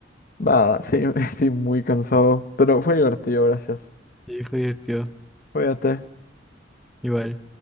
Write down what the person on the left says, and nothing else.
Va, sí, <laughs> estoy muy cansado, pero fue divertido, gracias.
Cuídate.